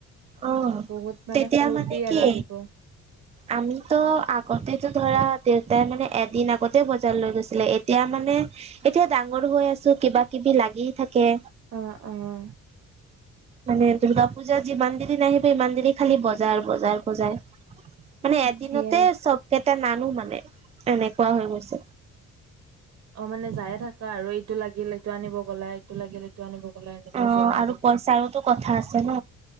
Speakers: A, on the right; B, on the right.
A: অ
B: বহুত
A: তেতিয়া
B: মানে ফুৰ্তি
A: কি
B: আৰু আহিব।
A: আমিতো আগতেতো ধৰা দেউতাই মানে এদিন আগতে বজাৰ লৈ গৈছিলে এতিয়া মানে এতিয়া ডাঙৰ হৈ আছো, কিবা -কিবি লাগি থাকে।
B: অ', অ'।
A: মানে দুৰ্গা পূজা যিমান দিনে নাহিব ইমান দিনে খালি বজাৰ- বজাৰ - বজাৰ।
B: <inaudible>
A: মানে এদিনতে
B: সেইয়াই
A: চব কেইটা নানো মানে এনেকুৱা হৈ গৈছে।
B: অ' মানে যায়ে থাকা আৰু এইটো লাগিল এইটো আনিব গলা এই টো লাগিল এইটো আনিব গলা এনেকুৱা
A: অ
B: যোৱা আৰু
A: পইচাৰোতো কথা
B: উম।
A: আছে ন